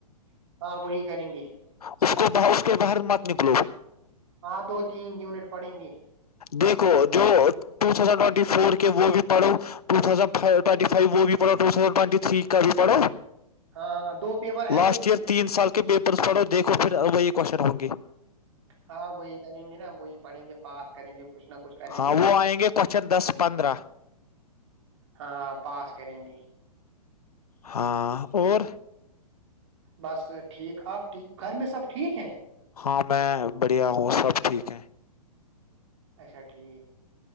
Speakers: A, on the right (about 45°); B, on the left (about 70°).
A: آپ ہاں وہی کریں گے
B: اس کو ب اس کے باہر مت نکلو
A: ہاں دو تین یونٹ پڑیں گے
B: دیکھو جوٹزڈ ٹٹی فور کے وہ بھی پڑوٹٹ فو بھی ٹٹ تھ کا بھی پڑھو
A: ہاں ہاں دو پیپر ہیں
B: لاسٹ
A: ایک ہی
B: ایئر تین سال کے پیپرس پڑو دیکھو پھر ابائی کوشر ہوں گے
A: ہاں وہی کریں گے نا وہی پڑھیں گے پاس کریں گے کچھ نہ کچھ کریں
B: ہاں
A: گے
B: وہ آئیں گے کوشچن دس پندرہ
A: ہاں پاس کریں گی
B: ہاں اور
A: بس ٹھیک آپ ٹھیک گھر میں سب ٹھیک ہیں
B: ہاں میں بڑھیا ہوں سب ٹھیک ہے
A: اچھا ٹھیک